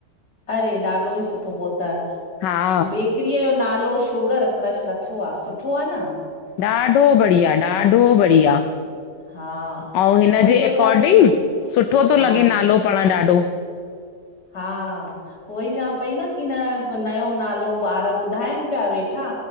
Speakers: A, on the left; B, on the left.
A: अरे! ॾाढो ई सुठो पो त
B: हा,
A: बेक् किरी जो नालो शुगर क्रश रखियो आहे सुठो आहे न?
B: ॾाढो बढ़िया ॾाढो बढ़िया।
A: हा
B: ऐं हिनजे
A: त उहो ई सोचां
B: अकॉर्डिंग
A: पई
B: सुठो थो
A: हा
B: लॻे नालो पण ॾाढो
A: हा उहोई चवां पई न की न नयो नालो ॿार ॿुधाइन पिया वेठा